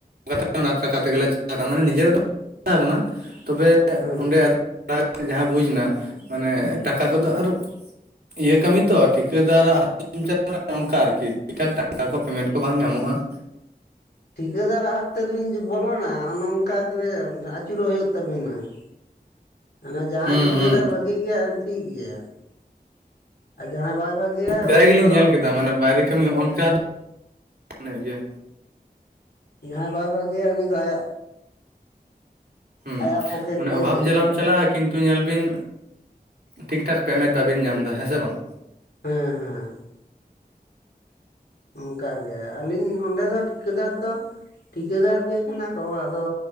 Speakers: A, on the right; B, on the left.
A: ᱯ <unintelligible> ᱚᱱᱟ ᱴᱟᱠᱟ ᱛᱮᱜᱮᱞᱮ ᱪᱟᱞᱟᱜ, ᱢᱟᱱᱮ ᱱᱤᱡᱮᱨᱟᱜ <unintelligible> ᱫᱚ ᱪᱟ ᱠᱟᱱᱟ ᱛᱚᱵᱮ
B: ᱦᱮᱸ
A: ᱚᱸᱰᱮ ᱟᱨ <unintelligible> ᱠᱤ ᱠᱟᱛᱮᱫ ᱡᱟᱦᱟᱸ ᱵᱩᱡᱽ ᱮᱱᱟ, ᱢᱟᱱᱮ ᱴᱟᱠᱟ ᱠᱚᱫᱚ ᱟᱨ ᱤᱭᱟᱹ ᱠᱟᱹᱢᱤ ᱛᱚ, ᱴᱷᱤᱠᱟᱹᱫᱟᱨᱟᱜ ᱦᱟᱛ ᱛᱮ ᱪᱟᱜ ᱠᱟᱱᱟ ᱾ ᱱᱚᱝᱠᱟ ᱟᱨᱠᱤ ᱴᱟᱴᱠᱟ ᱠᱚ ᱯᱮᱢᱮᱱᱴ ᱠᱚ ᱵᱟᱝ ᱧᱟᱢᱚᱜᱼᱟ ᱾
B: ᱴᱷᱤᱠᱟᱹᱫᱟᱨᱟᱜ ᱦᱟᱛ ᱛᱮᱵᱤᱱ ᱵᱚᱞᱚᱱᱟ, ᱚᱱᱮ ᱚᱱᱠᱟ ᱜᱮ ᱟᱹᱪᱩᱨᱚᱜ ᱦᱩᱭᱩᱜ ᱛᱟᱵᱤᱱᱟ ᱾ ᱦᱟᱱᱮ ᱡᱟᱭ
A: ᱦᱩᱸ
B: ᱴᱷᱤᱠᱟᱹᱫᱟᱨ
A: ᱦᱩᱸ
B: ᱵᱷᱟᱹᱜᱤ ᱜᱮᱭᱟ, ᱴᱷᱤᱠ ᱜᱮᱭᱟ ᱾ ᱟᱨ, ᱡᱟᱦᱟᱸᱭ ᱵᱟᱭ ᱵᱷᱟᱹᱜᱮᱟᱭ
A: ᱯᱨᱟᱭ
B: ᱩᱱᱤ
A: ᱜᱮᱞᱤᱧ
B: ᱫᱚ
A: ᱧᱮᱞ ᱠᱮᱫᱟ ᱢᱟᱱᱮ ᱵᱟᱭᱨᱤᱠ ᱠᱟᱹᱢᱤ, ᱚᱱᱠᱟ ᱫᱚ <unintelligible> ᱢᱟᱱᱮ ᱤᱭᱟ,
B: ᱡᱟᱦᱟᱸᱭ ᱵᱟᱭ ᱵᱷᱜᱮᱟᱭ, ᱩᱱᱤ ᱫᱚ ᱟᱭᱟᱜ
A: ᱦᱩᱸ
B: ᱟᱭᱟᱜ ᱯᱚᱠᱮᱴ
A: ᱢᱟᱱᱮ
B: ᱜᱮ
A: ᱚᱵᱷᱟᱵ
B: ᱦᱮᱸ
A: ᱡᱟᱞᱟᱢ ᱪᱟᱞᱟᱜᱼᱟ᱾ ᱠᱤᱱᱛᱩ ᱧᱮᱞ ᱵᱤᱱ, ᱴᱷᱤᱠ ᱴᱷᱟᱠ ᱯᱮᱢᱮᱱᱴ ᱵᱟᱵᱤᱱ ᱧᱟᱢ ᱮᱫᱟ ᱾ ᱦᱮᱸ ᱥᱮ ᱵᱟᱝ?
B: ᱦᱮᱸᱻ ᱦᱮᱸ ᱾ ᱚᱱᱠᱟᱜᱮ, ᱟᱹᱞᱤᱧ ᱚᱸᱰᱮ ᱫᱚ ᱴᱷᱤᱠᱟᱹᱫᱟᱨ ᱫᱚ, ᱴᱷᱤᱠᱟᱹᱫᱟᱨ ᱜᱮ ᱠᱟᱱᱟ ᱠᱚ, ᱟᱫᱚ